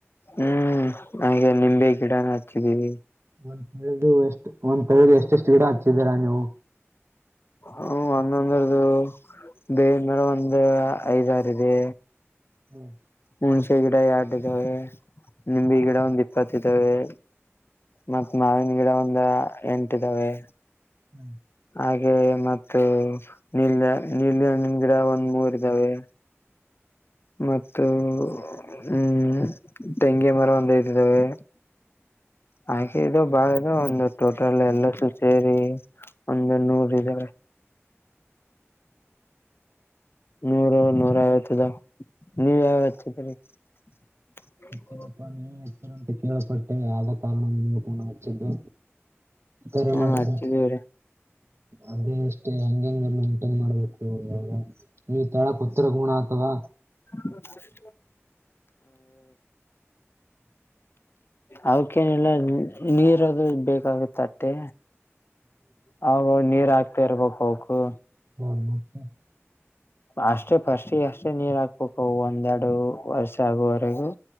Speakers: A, on the left (about 55°); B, on the right (about 60°).
A: ಹ್ಮ್ ಹಾಗೆ ನಿಂಬೆ ಗಿಡನ ಹಚ್ಚಿದೀವಿ.
B: ಒಂದ್ ತಳದು ಎಷ್ಟು ಒಂದ್ ತಳ್ದ ಎಷ್ಟ ಎಷ್ಟು ಗಿಡ ಹಚ್ಚಿದೀರಾ ನೀವು.
A: ಹ ಒಂದೊಂದರದು ಬೇವಿನಮರ ಒಂದ್ ಐದಾರ ಇದೆ.
B: ಹ್ಮ್-
A: ಹುಣ್ಸೆ ಗಿಡ ಎರಡ ಇದ್ದಾವೆ ನಿಂಬೆ ಗಿಡ ಒಂದಿ. ಇಪ್ಪತ್ ಇದಾವೆ ಮತ್ತ್ ಮಾವಿನ ಗಿಡ ಒಂದ ಎಂಟ್ದಾವೆ.
B: ಹ್ಮ್-
A: ಹಾಗೆ ಮ ನೀಲ್ ನೀಲ್ದಂಣ್ಣಿನ ಗಿಡ ಒಂದ್ ಮೂರ್ ಇದ್ದಾವೆ. ಮತ್ತು ಹ್ಮ್ ತೆಂಗಿ ಮರ ಒಂದ ಐದ್ ತಿದ್ದಾವೆ. ಹಾಗೆ ಇದು ಬಾಳದು ಒಂದು. ಟೋಟಲ್ ಎಲ್ಲು ಸೇರಿ ಒಂದು ನೂರ ಇದಾರೆ. ನೂರು ನೂರವತ್ದ ನೀವ ಯಾವಚ್ಚತಿರಿೀ. <unintelligible>
B: ಿನ ಪಾನೇ ತರಂತ ಕೀೇಳಪಟ್ಟ ಯಾವ ಕಾರಾರ್ಣ ನೀಂಗ ಪಣ ವಚ್ಚದುು. ಕರೆ
A: ಹ್ಮ್
B: ಮಾಡ
A: ಹಚ್ಚಿದೀವ್ರಿ
B: ಹ್ಮ ಅ ಅಷ್ಟೇ ಹಂಗಂಗ ಮೇಂಟೈನ್ ಮಾಡ್ಬೇಕು. ಈ ತಳ ಪತ್ತ ಗುಣ ಅಥವಾ.
A: ಹ್ಮ- ಅವಕ್ಕೇನಿಲ್ಲ ನೀರದು ಬೇಕಾಗುತ್ತೆ ಅಟ್ಟೆ. ಹ ನೀರ್ ಆಗ್ತಾ ಇರ್ಬೇಕ ಅವಕು.
B: ಹಾ-
A: ಅಷ್ಟೇ ಫಸ್ಟ್ಿಗೆ ಅಷ್ಟೇ ನೀರ್ ಹಾಕ್ಬೇಕ ಒಂದೆರಡು ವರ್ಷ ಆಗುವವರೆಗೂ.